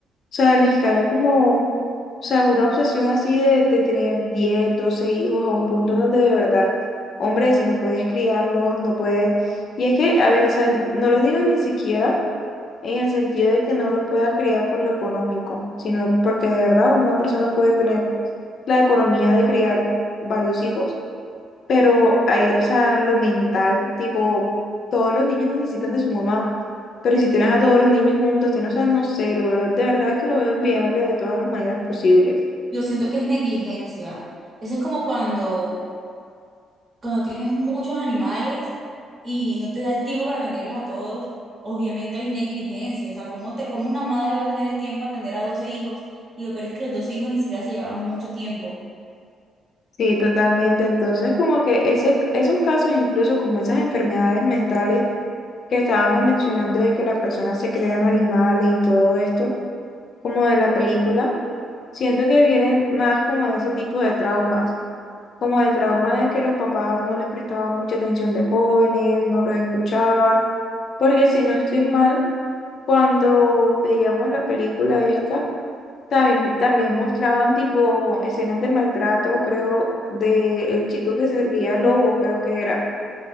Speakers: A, on the left; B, on the right.
A: sea, les cae como, o sea, una obsesión así de, de tener 10 12 hijos a un punto en donde de verdad, hombre, si no puedes criarlos, no puedes. Y es que, a ver, o sea, no lo digo ni siquiera en el sentido de que no los pueda criar por lo económico, sino porque de verdad una persona puede tener la economía de criar varios hijos pero hay, o sea, lo mental, tipo, todos los niños necesitan de su mamá, pero si tienes a todos los niños juntos, tienes, o sea, no sé, lo veo, de verdad es que lo veo inviable de todas las maneras posibles.
B: Yo siento que es negligencia. Eso es como cuando cuando tienes muchos animales y no te da el tiempo para atenderlos a todos, obviamente hay negligencia. O sea, ¿cómo te, cómo una madre va a tener el tiempo para atender a 12 hijos? Y lo peor es que los 12 hijos ni siquiera se llevaban mucho tiempo.
A: Sí, totalmente. Entonces, como que ese, esos casos, incluso como esas enfermedades mentales que estábamos mencionando de que las personas se crean animales y todo esto, como de la película, siento que vienen más como de ese tipo de traumas. como de trauma de que los papás no les prestaban mucha atención de jóvenes, no los escuchaban, porque si no estoy mal, cuando veíamos la película esta, también, también mostraban tipo escenas de maltrato, creo, de el chico que se creía lobo, creo que era,